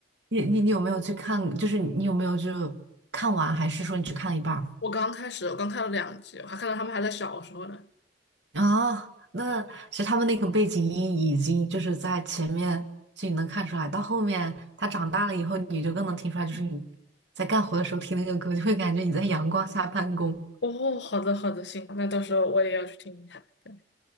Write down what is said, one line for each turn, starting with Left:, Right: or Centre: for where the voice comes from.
Right: 你你你有没有去看？就是你有没有就看完，还是说你只看了一半儿？
Left: 我刚开始，我刚看了两集，我还看到他们还在小时候呢。
Right: 啊，那其实他们那个背景音已经就是在前面就你能看出来，到后面他长大了以后，你就更能听出来，就是你在干活的时候听那个歌，就会感觉你在阳光下办公。
Left: 哦，好的好的，行，那到时候我也要去听一下。对